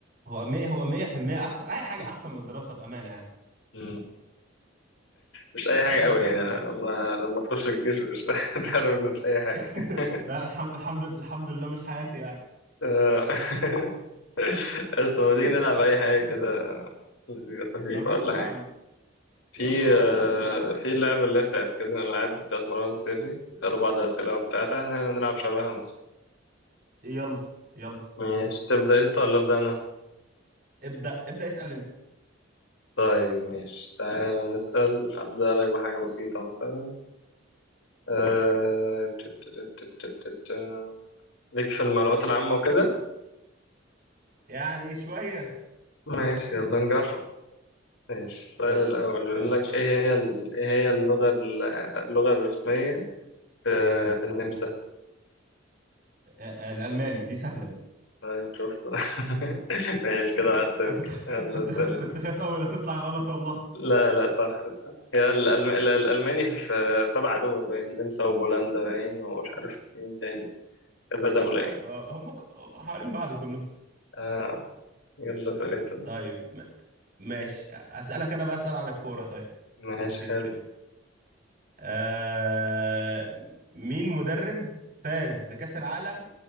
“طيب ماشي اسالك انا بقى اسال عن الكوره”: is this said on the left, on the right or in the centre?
Right